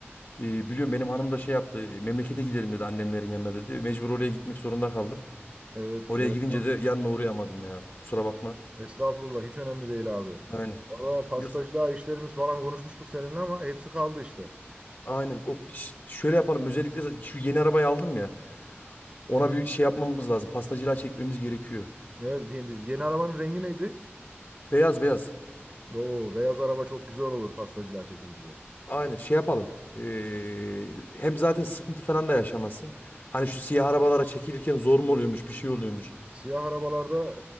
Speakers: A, on the left (about 50°); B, on the right (about 25°).
A: E, biliyorum benim hanım da şey yaptı. Memlekete gidelim dedi annemlerin yanına dedi. Mecbur oraya gitmek zorunda kaldım.
B: Evet,
A: Oraya
B: evet
A: gidince
B: abi.
A: de yanına uğrayamadım ya. Kusura bakma.
B: Estağfurullah hiç önemli değil abi.
A: Aynen.
B: Valla pastacılığa
A: Yos-
B: işlerimiz falan konuşmuştuk seninle ama hepsi kaldı işte.
A: Aynen. O piş- şöyle yapalım. Özellikle zaten şu yeni arabayı aldım ya. Ona bir şey yapmamız lazım. Pastacılığa çekmemiz gerekiyor.
B: Evet yeni, yeni arabanın rengi neydi?
A: Beyaz beyaz.
B: Oo beyaz araba çok güzel olur pastacılığa çekilince.
A: Aynen. Şey yapalım. Ee, hem zaten sıkıntı falan da yaşamazsın. Hani şu siyah arabalara çekilirken zor mu oluyormuş, bir şey oluyormuş.
B: Siyah arabalarda